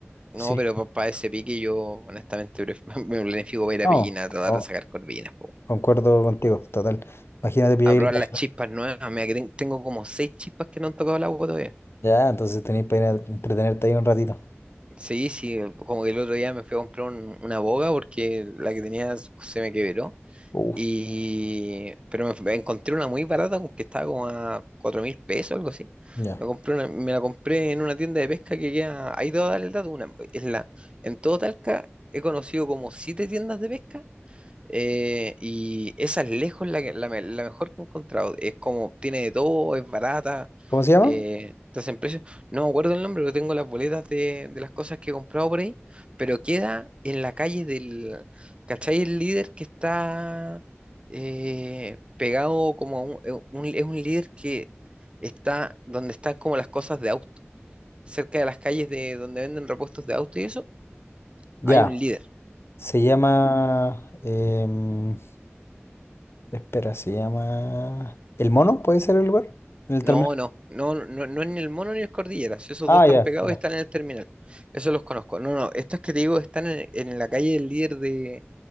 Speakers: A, on the right; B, on the left.
A: No,
B: Sí.
A: pero para ese pique yo honestamente pref- <laughs> me planifico para ir a
B: No,
A: Pellines a tratar
B: no,
A: de sacar corvinas, po.
B: concuerdo contigo, total. Imagínate pillar
A: A probar
B: ahí la paja.
A: las chispas nuevas. Mira, que ten- tengo como seis chispas que no han tocado el agua todavía.
B: Ya, entonces tenéis para ir a entretenerte ahí un ratito.
A: Sí, sí, como que el otro día me fui a comprar un- una boga porque la que tenía se me quebró.
B: Uh.
A: Y... Pero me, f- encontré una muy barata como que estaba como a cuatro mil pesos, algo así.
B: Ya.
A: Me compré una- me la compré en una tienda de pesca que queda, ahí te voy a dar el dato, una, es la, en todo Talca he conocido como siete tiendas de pesca eh, y esa es lejos la, que- la, me- la mejor que he encontrado. Es como, tiene de todo, es barata.
B: ¿Cómo se llama?
A: Eh, estás en precio. No me acuerdo el nombre, pero tengo las boletas de, de las cosas que he comprado por ahí. Pero queda en la calle del. ¿Cachai? El líder que está eh, pegado como a un, eh, un- Es un líder que está donde están como las cosas de auto. Cerca de las calles de donde venden repuestos de auto y eso,
B: Ya.
A: hay un líder.
B: Se llama. em, espera, se llama. ¿El Mono? ¿Puede ser el lugar? ¿En el
A: No,
B: terminal?
A: no, no, no, no es ni el Mono ni el Cordilleras. Esos
B: Ah,
A: dos están
B: ya,
A: pegados
B: ya.
A: y están en el terminal. Eso los conozco. No, no, estos que te digo están en, en la calle del líder de.